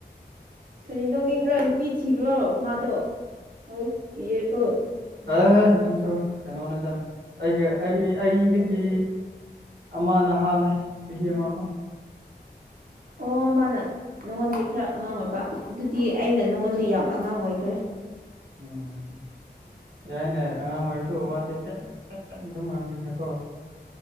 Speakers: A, on the right; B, on the right.
A: ꯀꯔꯤ ꯅꯧꯅꯤꯡꯕ꯭ꯔꯥ ꯅꯨꯄꯤ ꯊꯤꯕ꯭ꯔꯣ ꯃꯥꯗꯣ ꯍꯣꯏ ꯀꯤꯔꯦꯀꯣ
B: ꯑꯦꯍꯦ ꯅꯪꯁꯨ ꯀꯩꯅꯣꯅꯤꯗ ꯑꯩꯒ ꯑꯩ ꯑꯩꯗꯒꯤ ꯑꯃ ꯅꯍꯥꯟꯅꯦ ꯆꯍꯤ ꯑꯃꯀꯣ
A: ꯑꯣ ꯃꯥꯅ ꯅꯪꯉꯣꯟꯗꯤꯩ ꯈꯔ ꯑꯉꯥꯡ ꯑꯣꯏꯕ ꯑꯗꯨꯗꯤ ꯑꯩꯅ ꯅꯪꯉꯣꯟꯗꯤ ꯌꯥꯝ ꯑꯉꯥꯡ ꯑꯣꯏꯈ꯭ꯔꯦ
B: ꯎꯝ ꯌꯥꯏꯅꯦ ꯑꯉꯥꯡ ꯑꯣꯏꯔꯁꯨ ꯋꯥꯗꯦ ꯄ ꯄ ꯑꯗꯨꯝ ꯉꯥꯡꯂꯤꯅꯦꯀꯣ